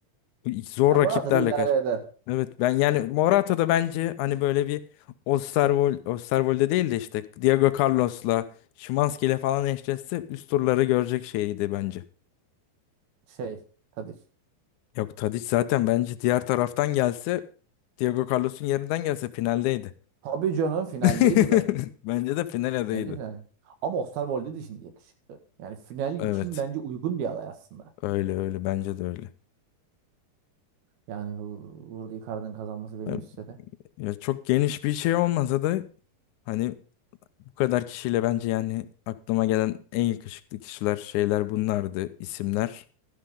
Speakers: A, on the left; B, on the right.
A: Bu ilk Zor
B: Ya
A: rakiplerle
B: Morata da idare
A: kar.
B: eder.
A: Evet ben yani Morata da bence hani böyle bir Osterwold, Osterwold'de değil de işte Diego Carlos'la Szymański'yle falan eşleşse üst turları görecek şeydi bence.
B: Şey. Tadic.
A: Yok Tadic zaten bence diğer taraftan gelse Diego Carlos'un yerinden gelse finaldeydi.
B: Tabii canım finaldeydi
A: <laughs>
B: ben.
A: Bence de final adayıydı.
B: Bence final. Ama Osterwolde de şimdi yakışıklı. Yani final için
A: Evet.
B: bence uygun bir aday aslında.
A: Öyle öyle bence de öyle.
B: Yani Uğur Icardi'nin kazanması beni
A: Ya
B: üzse de.
A: ya çok geniş bir şey olmasa da hani bu kadar kişiyle bence yani aklıma gelen en yakışıklı kişiler şeyler bunlardı isimler.